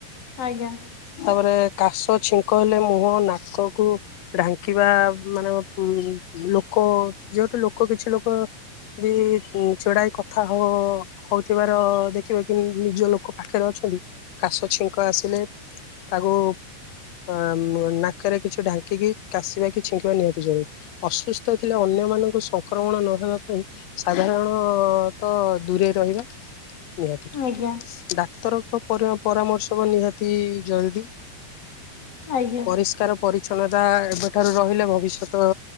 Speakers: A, on the left; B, on the left.
A: ଆଜ୍ଞା।
B: ତାପରେ କାଶ ଛିଙ୍କ ହେଲେ ମୁହଁ ନାକକୁ ଢାଙ୍କିବା ମାନେ ଉଁ ଲୋକ ଯୋଉଠୁ ଲୋକ କିଛି ଲୋକ ଯୋଉ ଛଡ଼ାଏ କଥା ହବ। ହୋଉଥିବାର ଦେଖିବା କି ନିଜ ଲୋକ ପାଖରେ ଅଛନ୍ତି କାଶ ଛିଙ୍କ ଆସିଲେ ତାକୁ ଅ ନାକରେ କିଛି ଢାଙ୍କିକି କାଶିବା କି ଛିଙ୍କିବା ନିହାତି ଜରୁରୀ। ଅସୁସ୍ଥ ଥିଲେ ଅନ୍ୟମାନଙ୍କୁ ସଂକ୍ରମଣ ନ ହେବା ପାଇଁ ସାଧାରଣ ତ ଦୂରେଇ ରହିବା। ନିହାତି
A: ଆଜ୍ଞା
B: ଡାକ୍ତରଙ୍କ ପର-ପରାମର୍ଶ ନିହାତି ଜରୁରୀ।
A: ଆଜ୍ଞା
B: ପରିଷ୍କାର ପରିଚ୍ଛନ୍ନତା ଏବେଠାରୁ ରହିଲେ ଭବିଷ୍ୟତ